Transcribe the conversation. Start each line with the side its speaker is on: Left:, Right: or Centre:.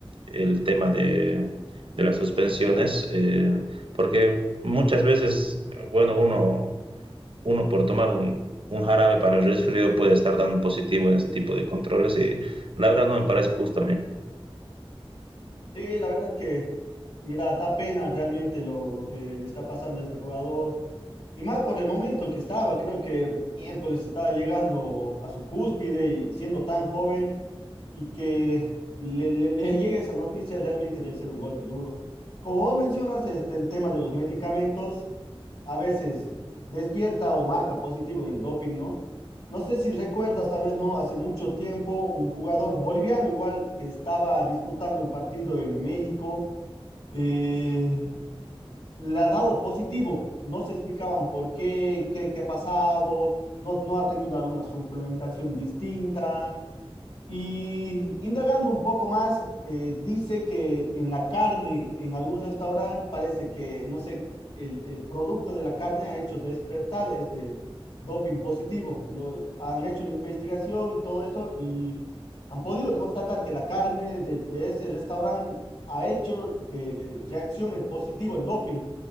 Right: el tema de, de las suspensiones, eh, porque muchas veces, bueno, uno, uno por tomar un, un jarabe para el resfrío puede estar dando positivo en ese tipo de controles y la verdad no me parece justo a mí.
Left: Sí, la verdad que, mira, da pena realmente lo, lo que le está pasando a este jugador. Y más por el momento que estaba, creo que miércoles estaba llegando a su cúspide y siendo tan joven. y que le, le- <laughs> le llegue esa noticia realmente debe ser un golpe duro. Como vos mencionas, este, el tema de los medicamentos a veces despierta o marca positivo en el doping, ¿no? No sé si recuerdas, tal vez no, hace mucho tiempo, un jugador boliviano igual que estaba disputando un partido en México, eh, le ha dado positivo. No se explicaban por qué, qué, qué ha pasado, no, no ha tenido alguna suplementación distinta. Y indagando un poco más, eh, dice que en la carne, en algún restaurante, parece que, no sé, el, el producto de la carne ha hecho despertar este doping positivo. Lo, han hecho una investigación y todo eso y han podido constatar que la carne de, de ese restaurante ha hecho que reaccione positivo el doping.